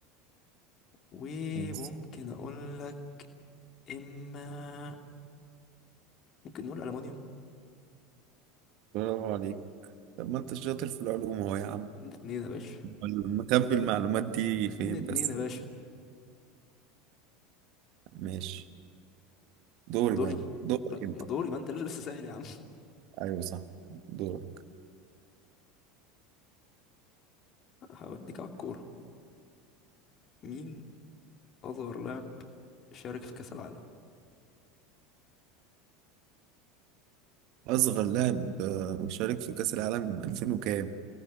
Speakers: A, on the left; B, on the right.
A: وممكن
B: بس.
A: اقول لك اما ممكن نقول المونيوم
B: برافو عليك طب ما أنت شاطر في العلوم أهو يا عم
A: اتنين اتنين يا باشا
B: أمال مكب المعلومات دي
A: اتنين
B: فين
A: اتنين
B: بس
A: يا باشا
B: ماشي دوري
A: دوري
B: بقى دورك
A: لا
B: أنت
A: ما دوري ما انت اللي لسه سائل يا عم
B: ايوه صح دورك
A: <laughs> هوديك على الكورة مين أصغر لاعب شارك في كأس العالم
B: أصغر لاعب آه، شارك في كأس العالم 2000 وكام؟